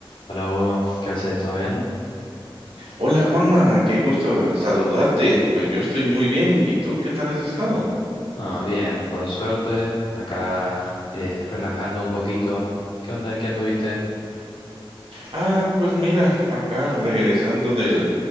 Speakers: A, on the left (about 85°); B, on the right (about 85°).
A: Hola Hugo, ¿qué haces? ¿Todo bien?
B: Hola Juanma, qué gusto saludarte. Pues yo estoy muy bien. ¿Y tú qué tal has estado?
A: Ah, bien, por suerte. Acá eh, relajando un poquito. ¿Qué onda? ¿En qué anduviste?
B: Ah, pues mira, acá regresando del,